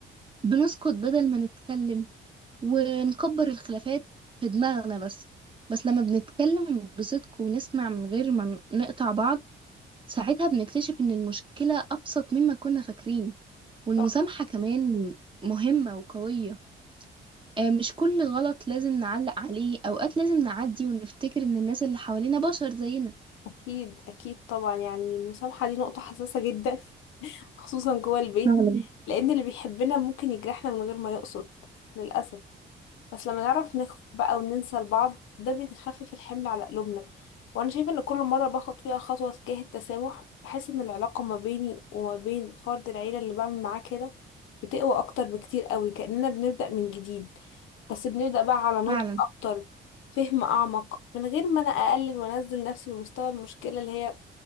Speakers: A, on the right (about 25°); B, on the left (about 85°).
A: بنسكت بدل ما نتكلم ونكبر الخلافات في دماغنا بس بس لما بنتكلم بصدق ونسمع من غير ما ن- نقطع بعض ساعتها بنكتشف ان المشكله ابسط مما كنا فاكرين والمسامحه
B: صح
A: كمان مهمه وقويه آه، مش كل غلط لازم نعلق عليه أوقات لازم نعدي ونفتكر إن الناس اللي حوالينا بشر زينا
B: اكيد اكيد طبعا يعني المسامحة دي نقطة حساسة جدا <laughs> خصوصا جوه البيت
A: فعلا
B: لان اللي بيحبنا ممكن يجرحنا من غير ما يقصد للأسف بس لما نعرف نخف بقى وننسى لبعض ده بيخفف الحمل على قلوبنا وانا شايفه ان كل مره باخد فيها خطوه تجاه التسامح بحس ان العلاقه ما بيني وما بين فرد العيله اللي بعمل معاه كده بتقوى اكتر بكتير قوي كاننا بنبدا من جديد بس بنبدا بقى على نضج
A: فعلا
B: اكتر فهم اعمق من غير ما انا اقلل وانزل نفسي لمستوى المشكله اللي هي